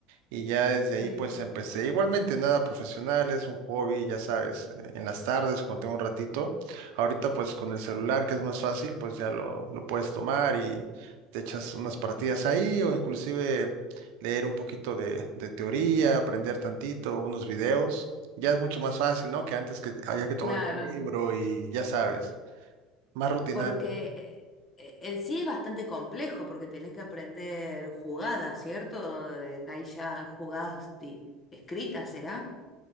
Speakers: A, on the right; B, on the left.
A: Y ya desde
B: Sí,
A: ahí pues empecé. Igualmente nada profesional, es un hobby, ya sabes, eh, en las tardes cuando tengo un ratito. Ahorita pues con el celular que es más fácil, pues ya lo, lo puedes tomar y te echas unas partidas ahí o inclusive leer un poquito de, de teoría, aprender tantito, unos videos. Ya es mucho más fácil, ¿no? Que antes que había que tomar
B: claro.
A: un libro y ya sabes, más rutinario.
B: Porque eh, en sí es bastante complejo, porque tenés que aprender jugadas, ¿cierto? De- Ahí ya jugadas ti- escritas, ¿será?